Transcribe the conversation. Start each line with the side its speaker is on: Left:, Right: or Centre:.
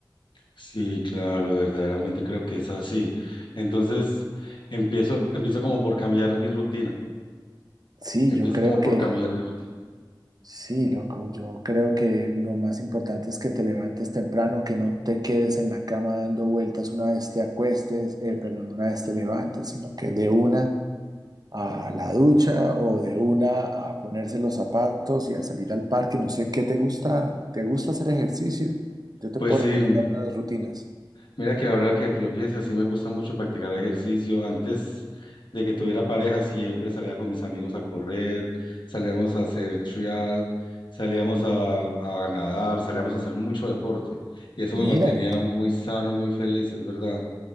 Left: Sí, claro, verdaderamente creo que es así. Entonces, empiezo, empiezo como por cambiar mi rutina.
Right: Sí,
Left: Empiezo
Right: yo creo
Left: como por
Right: que,
Left: cambiar mi rutina.
Right: sí, loco, yo creo que lo más importante es que te levantes temprano, que no te quedes en la cama dando vueltas una vez te acuestes, eh, perdón, una vez te levantes, sino que de una a la ducha o de una a ponerse los zapatos y a salir al parque. No sé, ¿qué te gusta? ¿Te gusta hacer ejercicio? Yo te
Left: Pues
Right: puedo
Left: sí,
Right: recomendar unas rutinas.
Left: Mira que ahora que lo pienso, sí me gusta mucho practicar ejercicio. Antes de que tuviera pareja, siempre salía con mis amigos a correr, salíamos a hacer trial, salíamos a, a nadar, salíamos a hacer mucho deporte. Y eso
Right: Mira,
Left: me mantenía muy sano y muy feliz, es verdad.